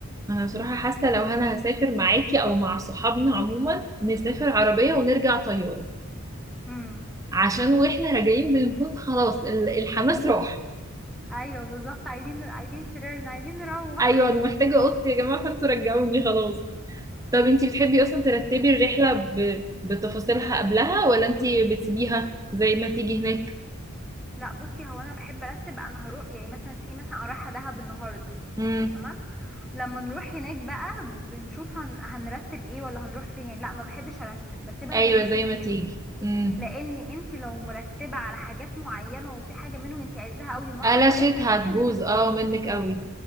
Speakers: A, on the right; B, in the centre.
A: انا بصراحة حاسة لو انا هسافر معاكي او مع صحابنا عموما نسافر عربية ونرجع طيارة
B: امم
A: عشان واحنا راجعين بنكون خلاص ال- الحماس راح
B: ايوه بالظبط عايزين نر... عايزين سريرنا عايزين نروح
A: ايوه انا محتاجة اوضتي يا جماعة فانتوا رجعوني خلاص طب انتي بتحبي اصلا ترتبي الرحلة ب... بتفاصيلها قبلها ولا انتي بتسيبيها زي ما تيجي هناك
B: لا بصي هو انا بحب ارتب انا هروح يعني مثلا زي مثلا انا رايحه دهب النهارده
A: امم
B: تمام لما نروح هناك بقى بنشوف هن... هنرتب ايه ولا هنروح فين يعني لا ما بحبش ارتب بسيبها
A: ايوه
B: زي ما تيجي
A: زي ما
B: كده
A: تيجي امم
B: لان انت لو مرتبه على حاجات معينه وفي حاجه منهم انت عايزاها قوي ما
A: قلشت
B: حصلتش هتحسي
A: هتبوظ
B: انك
A: اه منك قوي